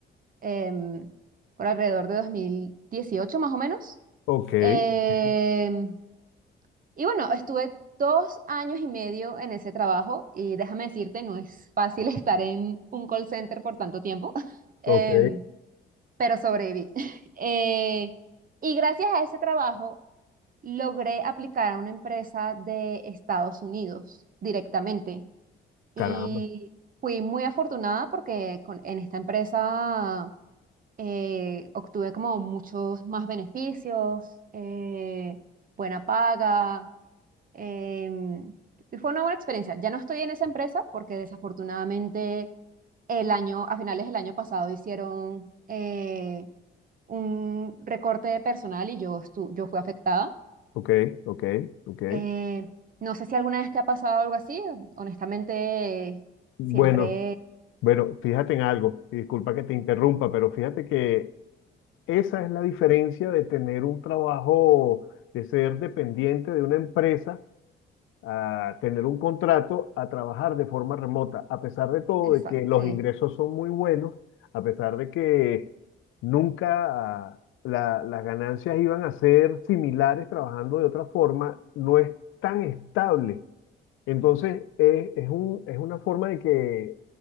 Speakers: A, on the right; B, on the left.
A: em, por alrededor de 2018 más o menos.
B: ok,
A: Em,
B: ok,
A: Y bueno, estuve dos años y medio en ese trabajo y déjame decirte, no es fácil estar en un call center por tanto tiempo, <laughs> em,
B: ok.
A: pero sobreviví. <laughs> Eh, y gracias a ese trabajo logré aplicar a una empresa de Estados Unidos directamente.
B: Caramba.
A: Y fui muy afortunada porque con- en esta empresa eh, obtuve como muchos más beneficios, eh, buena paga Em, y fue una buena experiencia. Ya no estoy en esa empresa porque desafortunadamente el año, a finales del año pasado hicieron eh, un recorte de personal y yo, estu- yo fui afectada.
B: Ok, ok, ok.
A: Eh, no sé si alguna vez te ha pasado algo así. Honestamente,
B: Bueno,
A: siempre...
B: bueno, fíjate en algo. y Disculpa que te interrumpa, pero fíjate que esa es la diferencia de tener un trabajo, de ser dependiente de una empresa a tener un contrato, a trabajar de forma remota, a pesar de todo,
A: Exacto,
B: de que los
A: sí,
B: ingresos son muy buenos, a pesar de que nunca ah, la- las ganancias iban a ser similares trabajando de otra forma, no es tan estable entonces, eh, es un, es una forma de que